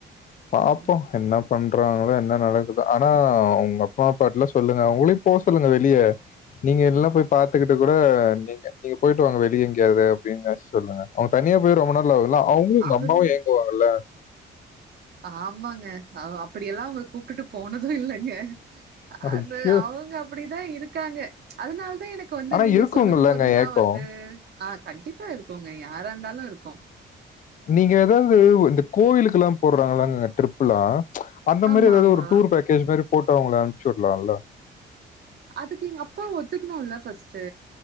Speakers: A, on the left; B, on the right.
A: பாப்போ
B: ம்
A: என்னப் பண்றாங்ளா என்ன நடக்குது ஆனா உங்க அப்பா அப்பாட்டு லா சொல்லுங்க அவுங்களையு போ சொல்லுங்க வெளிய நீங்க எல்லா போய் பாத்துகுட்டு கூட நீங்க நீங்க போய்ட்டு வாங்க வெளிய எங்யாது அப்டின்னாச்சு சொல்லுங்க அவங்க தனியா போய் ரொம்ப நாள் ஆகுல்ல அவுங்ளு உங்க
B: அவரு
A: அம்மாவு ஏங்குவாங்கல்ல
B: ஆமாங்க ஆ அப்டியெல்லா அவுங் கூப்டுட்டு போனதும் இல்லங்க
A: ஐயோ!
B: அது அவுங்க அப்டிதா இருக்காங்க அதனால தா எனக் க்கு வந்து
A: ஆனா
B: நீங்க
A: இருக்குங்கல்லங்க
B: சொல்லும் போதெல்லா
A: ஏக்கம்.
B: வந்து ஆ கண்டிப்பா இருக்குங்க யாரா இருந்தாலு இருக்கும்
A: நீங்க ஏதாது இந்த கோவிலுக்கெல்லா போட்றாங்கங்கல ட்ரிப்புலா அந்த
B: ஆமா
A: மாறி ஏதாது
B: ஆமா
A: ஒரு டூர் பேக்கேஜ் மாறி போட்டு அவுங்கள அமிச்சி வுட்லால்லா
B: அதுக்கு எங்க அப்பா ஒத்துக்குணுல்ல ஃபஸ்ட்டு